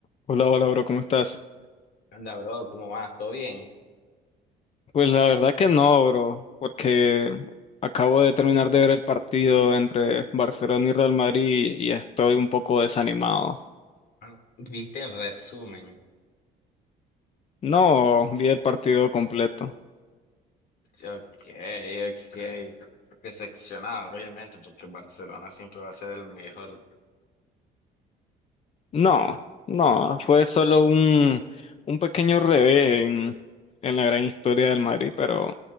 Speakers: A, on the left; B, on the left.
A: Hola, hola, bro, ¿cómo estás?
B: Anda, bro, ¿cómo vas? ¿Todo bien?
A: Pues la verdad que no, bro, porque acabo de terminar de ver el partido entre Barcelona y Real Madrid y estoy un poco desanimado.
B: Bueno, viste el resumen.
A: No vi el partido completo.
B: Ok, ok. Decepcionado, obviamente, porque Barcelona siempre va a ser el mejor.
A: No, no, fue solo un, un pequeño revés en, en la gran historia del Madrid, pero